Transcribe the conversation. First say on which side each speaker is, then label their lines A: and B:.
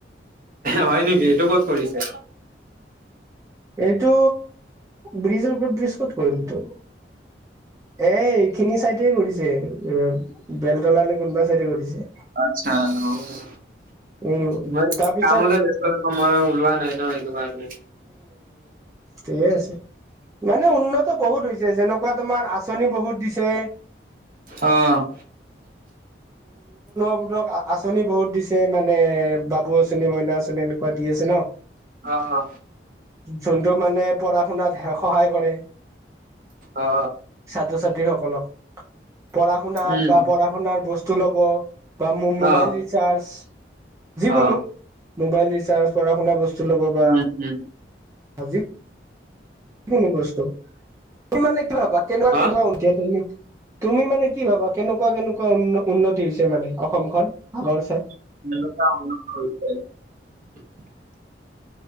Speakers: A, on the right; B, on the right.
A: হয় নেকি, এইটো ক'ত কৰিছে?
B: এইটো ব্ৰিজৰ ওপৰত ব্ৰিজট কৰিম তো এ এইখিনি চাইডে কৰিছে, এ বেলতলা নে কোনোবা চাইডে কৰিছে।
A: আচ্ছা হ'ব দে।
B: <inaudible>
A: মই
B: তাৰপিছত
A: কামতে ব্যস্ত থাকোঁ মই ওলোৱা নাই ন এইটো কাৰণে
B: থিকে আছে মানে উন্নত বহুত হৈছে, যেনেকুৱা তোমাৰ আঁচনি বহুত দিছে
A: অ'
B: ক আঁচনি বহুত দিছে মানে বাবু আঁচনি, মইনা আঁচনি এনেকুৱা দি আছে ন',
A: অ অ
B: যোনটো মানে পঢ় শুনাত সহায় কৰে,
A: অ অ
B: ছাত্ৰ ছাত্ৰী সকলক পঢ়া শুনাত
A: উম
B: বা পঢ়া শুনাৰ বস্তু ল'ব বা মোবাইল
A: অ
B: ৰিচাৰ্জ যিকোনো
A: অ
B: মোবাইল ৰিচাৰ্জ, পঢ়া শুনা বস্তু ল'ব, বা
A: উম উম
B: আজি কোনো বস্তু, ইমানো কি ভাবা কেনেকুৱা
A: হা?
B: কেনেকুৱা <unintelligible> তুমি? তুমি মানে কি ভাবা কেনেকুৱা কেনেকুৱা উন্নতি হৈছে মানে অসমখন, আগৰ চাই?
A: কেনেকুৱা উন্নত হৈছে?